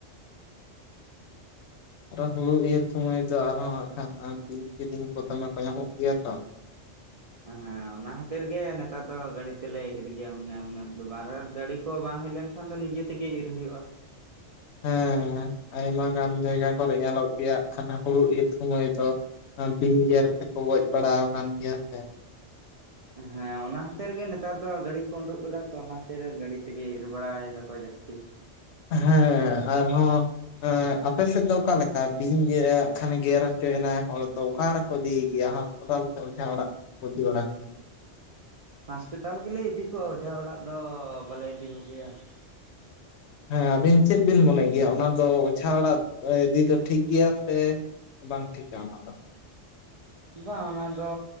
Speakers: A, on the right; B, on the left.
A: <inaudible>
B: ᱟᱨᱦᱚ, ᱦᱳᱲᱳ ᱤᱨ ᱥᱳᱢᱳᱭ ᱫᱚ ᱟᱨᱦᱚᱸ ᱦᱟᱸᱜ ᱠᱷᱟᱱ, ᱵᱤᱧ ᱠᱤᱫᱤᱧ ᱠᱚ, ᱫᱚᱢᱮ ᱠᱚ ᱧᱟᱢᱚᱜ ᱜᱮᱭᱟ ᱛᱚ ᱾
A: ᱦᱮᱸᱻᱦᱮᱸᱻᱦᱟᱸ ᱾ ᱚᱱᱟ ᱠᱷᱟᱹᱛᱤᱨ ᱜᱮ, ᱱᱮᱛᱟᱨ ᱫᱚ ᱜᱟᱹᱰᱤ ᱛᱮ ᱞᱮ ᱤᱨ ᱜᱮᱭᱟ ᱾ ᱢᱟᱱᱮ ᱩᱱᱟᱹᱜ ᱫᱚ ᱜᱟᱹᱰᱤ ᱠᱚ ᱵᱟᱝ ᱦᱮᱡ ᱞᱮᱱ ᱠᱷᱟᱱ ᱾ ᱠᱷᱟᱱ ᱫᱚ ᱱᱤᱡᱮ ᱛᱮᱜᱮ ᱤᱨ ᱦᱩᱭᱩᱜᱼᱟ ᱾ <inaudible>
B: ᱦᱮᱸ ᱟᱭᱢᱟ ᱜᱟᱱ ᱡᱟᱭᱜᱟ ᱠᱚᱨᱮ ᱧᱮᱞᱚᱜ ᱜᱮᱭᱟ, ᱦᱳᱲᱳ ᱤᱨ ᱥᱩᱢᱳᱭ ᱫᱚ ᱾ ᱵᱤᱧ ᱜᱮᱨ ᱛᱮᱠᱚ ᱜᱚᱡ ᱵᱟᱲᱟ ᱟᱠᱟᱱ ᱜᱮᱭᱟ ᱥᱮ?
A: ᱦᱮᱸ, ᱚᱱᱟ ᱠᱷᱟᱹᱛᱤᱨ ᱜᱮ ᱱᱮᱛᱟᱨ ᱫᱚ ᱜᱟᱹᱰᱤ ᱠᱚ ᱩᱰᱩᱠ ᱠᱟᱫᱟ ᱛᱚ, ᱚᱱᱟ ᱠᱷᱟᱛᱤᱨ ᱜᱟᱹᱰᱤ ᱛᱮᱜᱮ ᱤᱨ ᱵᱟᱲᱟ ᱮᱫᱟ ᱠᱚ ᱡᱟᱹᱥᱛᱤ ᱾
B: ᱦᱮᱸ ᱟᱨ ᱦᱚᱸ ᱾ ᱟᱻ, ᱟᱯᱮ ᱥᱮᱫ ᱫᱚ ᱚᱠᱟ ᱞᱮᱠᱟ ᱵᱤᱧ ᱜᱮᱨᱟᱜ, ᱜᱮᱨ ᱦᱚᱪᱚᱭᱮᱱᱟ ᱦᱚᱲ ᱫᱚ ᱚᱠᱟ? ᱨᱮᱠᱚ ᱤᱫᱤ ᱮᱜᱮᱭᱟ ᱦᱟᱸᱜ ᱾ ᱦᱟᱸᱥᱯᱟᱛᱟᱞ ᱥᱮ? ᱚᱡᱷᱟ ᱚᱲᱟᱜ ᱠᱚ ᱤᱫᱤ ᱵᱟᱲᱟ ᱠᱚ ᱜᱮᱭᱟ ᱾
A: ᱦᱟᱸᱥᱯᱤᱛᱟᱞ ᱜᱮ ᱞᱮ ᱤᱫᱤ ᱠᱚᱣᱟ ᱾ᱚᱡᱷᱟ ᱚᱲᱟᱜ ᱫᱚ, ᱵᱟᱞᱮ ᱤᱫᱤ ᱠᱚ‌ ᱜᱮᱭᱟ ᱾
B: ᱦᱮᱸ, ᱟᱵᱤᱱ ᱪᱮᱫ ᱵᱤᱱ ᱢᱚᱱᱮ ᱜᱮᱭᱟ ᱚᱱᱟ ᱫᱚ, ᱚᱡᱷᱟ ᱚᱲᱟᱜ ᱤᱫᱤ ᱫᱚ ᱴᱷᱤᱠ ᱜᱮᱭᱟ ᱥᱮ? ᱵᱟᱝ ᱴᱷᱤᱠ-ᱟ, ᱚᱱᱟ ᱫᱚ ᱾
A: ᱵᱟᱝ, ᱚᱱᱟ ᱫᱚ